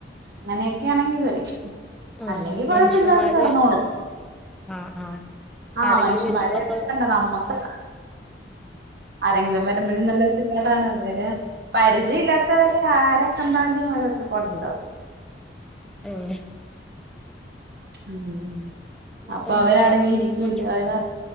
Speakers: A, on the right; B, in the centre.
A: അങ്ങനെയൊക്കാണെങ്കി കൊരക്കും.
B: ആ
A: അല്ലെങ്കി കൊഴപ്പില്ലവര്
B: മനുഷ്യന്മാര്
A: കെടന്നോളും.
B: ആ ആ
A: ആഹ്
B: ആരെങ്കിലും
A: മനുഷ്യന്മാരെ
B: വരുമ്പോളൊക്കെ
A: കണ്ട നമ്മക്ക് ആരെങ്കിലു വരുമ്പഴു നല്ലൊര് കെതീടാണ് അതൊരെ പരിചയല്ലാത്തവരെ ആരെ കണ്ടാലും അവരൊച്ചപ്പാടുണ്ടാക്കും.
B: ഏഹ്
A: ഉം
B: എന്നിട്ട്
A: അപ്പൊ
B: എന്താ
A: അവരടങ്ങിയിരിക്കൂല്ല
B: എത്ര മക്ക
A: അവര്